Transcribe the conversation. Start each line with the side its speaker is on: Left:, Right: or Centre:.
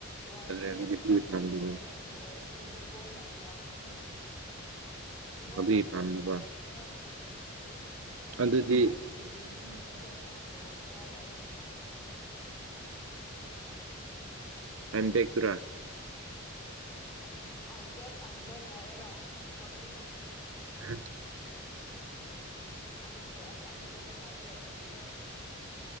Left: ꯋꯥꯡꯉꯦ
Right: ꯑꯗꯨꯗꯤ
Left: ꯃꯁꯥꯛ
Right: ꯀꯔꯤ
Left: ꯐꯖꯩꯌꯦꯦ
Right: ꯄꯥꯝꯗꯕ
Left: ꯑꯗꯨ ꯑꯣꯏꯔꯁꯨ ꯏꯒꯣ ꯌꯥꯝ ꯋꯥꯡꯉ ꯑꯅꯤꯅ ꯏꯒꯣꯅꯦ
Right: ꯑꯗꯨꯒꯤ ꯄꯥꯝꯗꯕ
Left: ꯍꯦ ꯅ ꯆꯥꯎ ꯀꯦꯗ ꯑꯩꯅ
Right: ꯑꯗꯨꯗꯤ
Left: ꯀꯥꯏꯗꯒꯤ ꯌꯦꯡꯅꯤꯡ ꯅꯨ ꯁꯦ ꯃꯥ ꯒꯣ ꯏꯁꯀꯣꯔ ꯇꯥꯕ ꯃꯇꯝꯗ ꯍꯥꯏ ꯇꯜꯂꯦ
Right: ꯑꯝꯄꯦꯛꯇꯨꯔꯥ
Left: ꯑꯟꯕ ꯑꯟꯕꯦ ꯍꯥꯏꯔꯒ ꯅ
Right: ꯍ
Left: ꯑꯗ ꯑꯗꯦ ꯈꯥꯏꯔ ꯀ ꯀꯔꯤꯔ